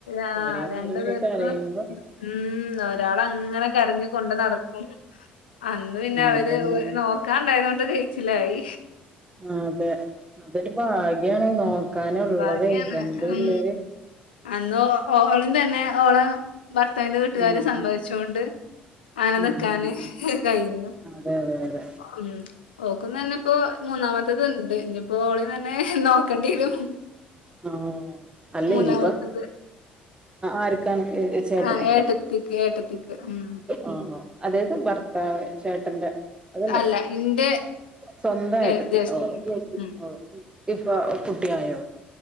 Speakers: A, on the left; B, on the right.
A: ആ
B: ഒരേ നേരമൊക്കെ
A: രണ്ടു പേർക്കും
B: കരയും
A: ഉം ഒരാള് അങ്ങനെ കരഞ്ഞുകൊണ്ട് നടക്കും. അന്ന് പിന്നെ അവര്
B: അതന്നെ
A: നോക്കാൻ ഉണ്ടായതോണ്ട് കഴിച്ചില്ലായി.
B: ആഹ് അതെ. അതൊരു ഭാഗ്യാണ് നോക്കാന് ഉള്ളതേ.
A: ഭാഗ്യാണ്
B: രണ്ട് പിള്ളേര്
A: ഉം അന്ന് ഓ ഓളിൻ തന്നെ ഓള് ഭർത്താവിന്റെ വീട്ടുകാര്
B: ഉം
A: സമ്മതിച്ചോണ്ട്. അങ്ങനെ
B: ഉം
A: നിക്കാന്
B: ഉം
A: കഴിഞ്ഞു.
B: അതെ അതെ അതെ
A: ഉം ഓക്കുതന്നെ ഇപ്പോ മൂന്നാമത്തേത് ഉണ്ട്. ഇനിയിപ്പോ ഓള്തന്നെ നോക്കേണ്ടി വരും.
B: ആഹ് അല്ല
A: മൂന്നാമത്തത്
B: ഇനിയിപ്പം ആർക്കാണ്? ചേട്ടത്തിക്കോ
A: ആഹ് ഏട്ടത്തിക്ക് ഏട്ടത്തിക്ക് ഉം
B: ആഹ് ആഹ്അതായത് ഭർത്താവ് ചേട്ടന്റെ അതല്ലേ
A: അല്ല ഇന്റെ
B: സ്വന്തം
A: ഏഹ്
B: ഏട്ടത്തി.
A: ജ്യേഷ്ഠത്തിക്ക്
B: ഓഹ്
A: ഉം
B: ഓഹ് ഇപ്പൊ കുട്ടിയായോ?